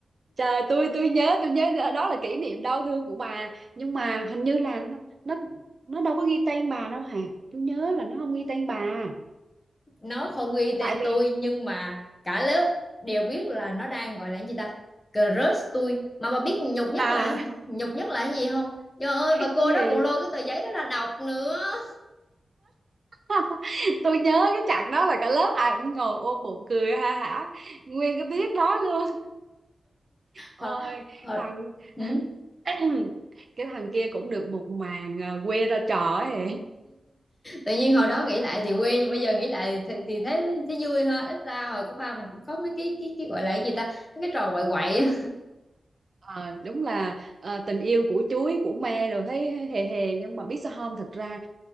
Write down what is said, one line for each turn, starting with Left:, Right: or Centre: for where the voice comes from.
Right: trời tôi tôi nhớ tôi nhớ đó là kỷ niệm đau thương của bà nhưng mà hình như là nó nó, nó đâu có ghi tên bà đâu hả tôi nhớ là nó không ghi tên bà
Left: nó không ghi tên
Right: tại vì
Left: tôi nhưng mà cả lớp đều biết là nó đang gọi là cái gì ta crush tôi mà bà biết nhục nhất
Right: à
Left: là nhục nhất là cái gì không trời ơi bà
Right: Cái
Left: cô
Right: gì
Left: đó còn lôi cái tờ giấy đó ra đọc nữa
Right: <laughs> tôi nhớ cái chặng đó là cả lớp ai cũng ngồi ôm bụng cười ha hả nguyên cái tiết đó luôn ôi
Left: hồi, hồi,
Right: thằng
Left: ừ.
Right: <clears throat> cái thằng kia cũng được một màn à, quê ra trò ấy hề.
Left: tự nhiên hồi đó nghĩ lại thì quê nhưng bây giờ nghĩ lại thì, thì thấy thấy vui ha ít ra hồi cấp ba mình cũng có mấy cái cái cái gọi là cái gì ta mấy cái trò quậy quậy á.
Right: Ờ, đúng là ờ, tình yêu của chuối của me rồi thấy hề hề nhưng mà biết sao không thật ra